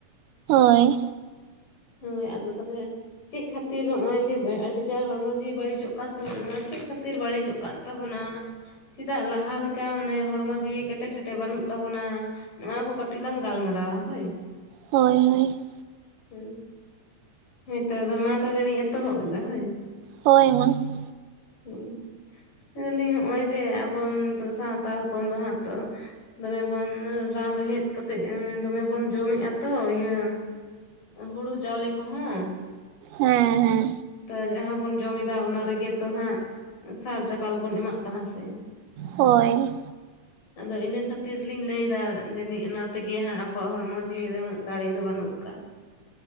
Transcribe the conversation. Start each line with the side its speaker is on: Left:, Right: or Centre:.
Right: ᱦᱳᱭ ᱾
Left: ᱦᱳᱭ ᱟᱫᱚ ᱛᱟᱦᱚᱞᱮ ᱾ ᱪᱮᱫ ᱠᱷᱟᱹᱛᱤᱨ ᱱᱚᱜᱚᱭ ᱡᱮ ᱟᱹᱰᱤ ᱪᱟᱨ ᱦᱚᱲᱢᱚ ᱡᱤ ᱵᱟᱹᱲᱤᱡᱚᱜ ᱠᱟᱱ ᱛᱟᱵᱚᱱᱟ ᱱᱚᱣᱟ ᱪᱮᱫ ᱠᱷᱟᱹᱛᱤᱨ ᱵᱟᱹᱲᱤᱡᱚᱜ ᱠᱟᱱᱟ? ᱠᱟᱱ ᱛᱟᱵᱚᱱᱟ ᱪᱮᱫᱟᱜ ᱞᱟᱦᱟ ᱞᱮᱠᱟ ᱢᱟᱱᱮ ᱦᱚᱲᱢᱚ ᱡᱤᱣᱤ ᱠᱮᱴᱮᱡ ᱥᱮᱴᱮᱡ ᱵᱟᱹᱱᱩᱜ ᱛᱟᱵᱚᱱᱟ ᱾ ᱱᱚᱣᱟ ᱠᱚ ᱠᱟᱹᱴᱤᱡ ᱞᱟᱝ ᱜᱟᱞᱢᱟᱨᱟᱣᱟ ᱦᱳᱭ?
Right: ᱦᱳᱭ ᱦᱳᱭ ᱾
Left: ᱦᱩᱸ ᱦᱮᱛᱚ ᱟᱫᱚ ᱢᱟ ᱛᱟᱦᱚᱞᱮ ᱞᱤᱧ ᱮᱛᱚᱦᱚᱵ ᱮᱫᱟ ᱦᱳᱭ?
Right: ᱦᱳᱭ ᱢᱟ ᱾
Left: ᱦᱩᱸ ᱾ ᱞᱟᱹᱭᱞᱤᱧ ᱱᱚᱜᱼᱚᱭ ᱡᱮ ᱟᱵᱚ ᱥᱟᱱᱛᱟᱲ ᱦᱚᱯᱚᱱ ᱫᱚ ᱦᱟᱸᱜ ᱛᱚ ᱾ ᱫᱚᱢᱮ ᱵᱚᱱ ᱨᱟᱱ ᱨᱮᱦᱮᱫ ᱠᱟᱛᱮᱜ ᱫᱚᱢᱮ ᱵᱚᱱ ᱡᱚᱢᱮᱫᱼᱟ ᱛᱚ ᱤᱭᱟᱹ ᱾ ᱦᱩᱲᱩ ᱪᱟᱣᱞᱮ ᱠᱚ ᱦᱚᱸ
Right: ᱦᱮᱸ ᱦᱮᱸ
Left: ᱛᱚ ᱡᱟᱦᱟᱸ ᱵᱚᱱ ᱡᱚᱢ ᱮᱫᱟ ᱚᱱᱟ ᱾ ᱨᱮᱜᱮ ᱛᱚ ᱦᱟᱸᱜ ᱥᱟᱨ ᱪᱟᱯᱟᱞ ᱵᱚᱱ ᱮᱢᱟᱜ ᱠᱟᱱᱟ ᱥᱮ
Right: ᱦᱳᱭ
Left: ᱟᱫᱚ ᱤᱱᱟᱹ ᱠᱷᱟᱹᱛᱤᱨ ᱞᱤᱧ ᱞᱟᱹᱭ ᱮᱫᱟ ᱡᱟᱹᱱᱤᱡ ᱚᱱᱟ ᱛᱮᱜᱮ ᱦᱟᱸᱜ ᱟᱵᱚᱣᱟᱜ ᱦᱚᱲᱢᱚ ᱡᱤᱣᱤ ᱨᱮ ᱩᱱᱟᱹᱜ ᱫᱟᱲᱮ ᱫᱚ ᱵᱟᱹᱱᱩᱜ ᱟᱠᱟᱜᱼᱟ ᱾